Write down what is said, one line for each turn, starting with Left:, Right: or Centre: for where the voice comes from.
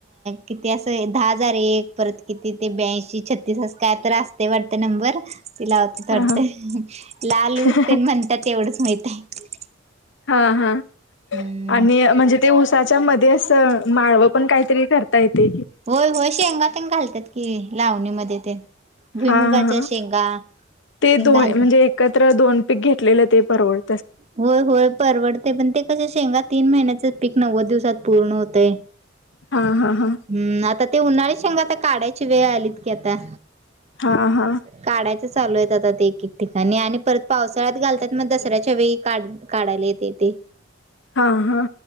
Right: किती असं दहा हजार एकर् किती ते ब्यांशी छत्तीसस काय तर असते वाटत नंबर ति लावते थडते
Left: हा
Right: लालू
Left: हा
Right: पण म्हणतात एवढंच माहित आहे
Left: हा हा
Right: हम्म
Left: आणि म्हणजे ते उसाच्या मध्ये असं माळवं पण काहीतरी करता येते की
Right: होय होय शेंगा तेंग घालतात की लावणीमध्ये ते भुईमुगाच्या
Left: हा हा
Right: शेंगा
Left: ते
Right: तेन
Left: दोन
Right: घालतात.
Left: म्हणजे एकत्र दोन पीक घेतलेले ते परवड
Right: होय होय परवडते पण ते कश शेंगा तीन महिन्याच पिक नव्वद दिवसात पूर्ण होतय
Left: हा हा हा
Right: हम् आता ते उन्हाळीत सांगा आता काढायची वेळ आलीत की आता
Left: हा हा
Right: काढायचं चालू आहेत आ एक एक ठिकाणी आणि परत पावसाळ्यात घाल मग दसऱ्याच्या वेळी काढ काढायला येते ते
Left: हा हा